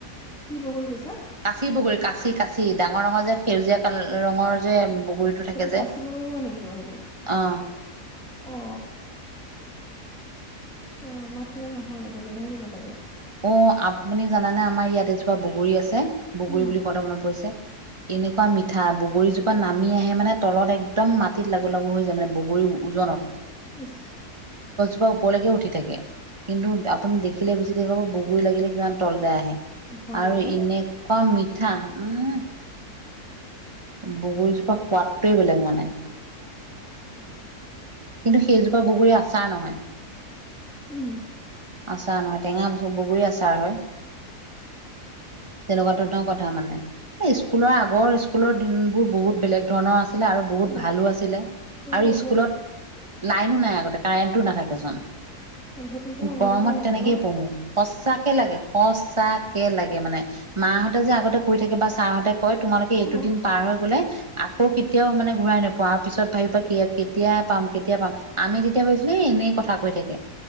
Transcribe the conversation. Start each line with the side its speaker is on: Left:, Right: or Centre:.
Centre: কি বগৰী কৈছা?
Right: কাঁচি বগৰী কাঁচি কাচি। ডাঙৰ-ডাঙৰ যে সেউজীয়া কাল ৰঙৰ যে। বগৰীটো থাকে
Centre: সেইটো
Right: যে
Centre: কাচি বগৰী কোৱা নেকি তোমালোকে?
Right: অ'
Centre: অ অ আমাৰ ফালে নহয়, বেলেগহে কিবা এটা কয়।
Right: অঁ আপুনি জানানে? আমাৰ ইয়াত এজোপা বগৰী আছে, বগৰী
Centre: উম
Right: বুলি কওঁতে মনত পৰিছে। এনেকুৱা মিঠা। বগৰীজোপা নামি আহে মানে তলত একদম মাটিত লাগু লাগু হৈ যায় মানে বগৰী উজনত
Centre: ইছ।
Right: ওপৰলৈকে উঠি থাকে। কিন্তু আপুনি দেখিলে বেছি দে কব বগৰী লাগিলে কিমান তললে আহে।
Centre: ঘৰতে
Right: আৰু এনেকুৱা মিঠা, উম। বগৰীজোপা সোৱাদটোৱে বেলেগ মানে।
Centre: <inaudible>
Right: কিন্তু সেইজোপা বগৰী আচাৰ নহয়।
Centre: উম
Right: আচাৰ নহয় টেঙা বগৰী আচাৰ হয়।
Centre: <inaudible>
Right: তেনেকুৱা ধৰণৰ কথা মানে এ স্কুলৰ আগৰ স্কুলৰ দিন বোৰ বহুত বেলেগ ধৰণৰ আছে ছিল আৰু বহুত
Centre: বা
Right: ভালো আছিলে
Centre: কৰিলে
Right: আৰু
Centre: এতিয়া
Right: স্কুলত লাইনো নাই আগতে কাৰেণ্টো নাথাকেচোন।
Centre: উভতি যাওঁ উভতি
Right: গৰমত
Centre: যাওঁ লাগে
Right: তেনেকেই
Centre: ন
Right: পঢ়ো সচাকে লাগে সচাকে লাগে মানে মাহঁতে যে আগতে কৈ থাকে বা ছাৰহঁতে কয় তোমালোকে এইটো
Centre: অ
Right: দিন পাৰ হৈ <unintelligible> গলে আকৌ কেতিয়াও মানে ঘূৰাই নোপোৱা আৰু পিছত ভাবিবা কেতিয়া পাম- কেতিয়া পাম আমি তেতিয়া ভাৱিছিলোঁ এ এনেই কথা কৈ থাকে